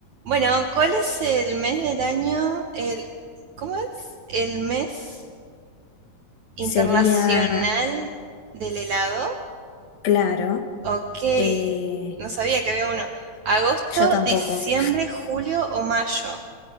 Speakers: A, on the right; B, on the left.
A: Bueno, ¿cuál es el mes del año? El, ¿cómo es? El mes internacional
B: Sería,
A: del helado.
B: claro,
A: Ok,
B: eh,
A: no sabía que había uno. Agosto,
B: yo tampoco.
A: diciembre, julio o mayo.